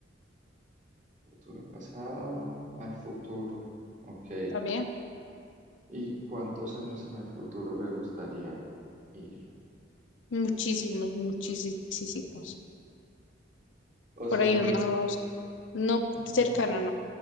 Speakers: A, on the right; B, on the left.
A: futuro pasado, al futuro. Ok.
B: también
A: ¿Y cuántos años en el futuro le gustaría ir?
B: muchísimos, muchísimos.
A: O
B: por
A: sea,
B: ahí
A: no...
B: unos, no
A: mm,
B: cercano, no.